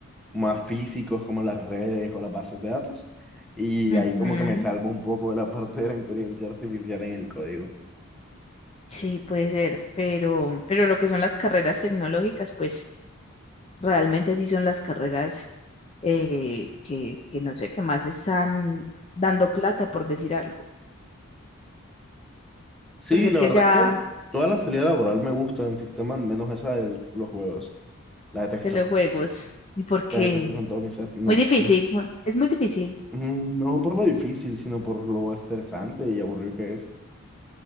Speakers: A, in the centre; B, on the left.
A: más físicos, como las redes o las bases de datos, y
B: ujú,
A: ahí como que me salvo un poco de la parte de la inteligencia artificial en el código.
B: Sí, puede ser. Pero, pero lo que son las carreras tecnológicas, pues realmente sí son las carreras eh, que, que no sé qué más están dando plata, por decir algo.
A: Sí,
B: Porque es
A: la
B: que
A: verdad
B: ya
A: es que toda la salida laboral me gusta en sistemas, menos esa de los juegos. La detesto,
B: telejuegos, y porque
A: la detesto con todo mi ser, no
B: muy difícil,
A: sé.
B: bueno, es muy difícil.
A: Mm, No por lo difícil, sino por lo estresante y aburrido que es.